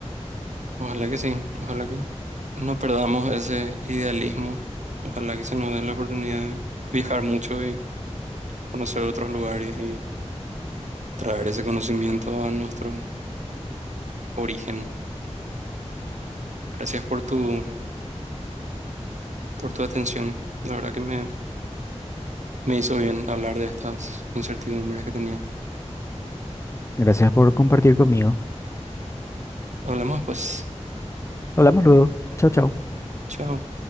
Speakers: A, on the right; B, on the left.
A: ojalá que sí, ojalá que no perdamos ese idealismo, ojalá que se nos dé la oportunidad de viajar mucho y conocer otros lugares y traer ese conocimiento a nuestro origen. Gracias por tu, por tu atención, la verdad que me, me hizo bien hablar de estas incertidumbres que tenía.
B: Gracias por compartir conmigo.
A: Hablamos pues,
B: Hablamos luego. Chao, chao.
A: chao.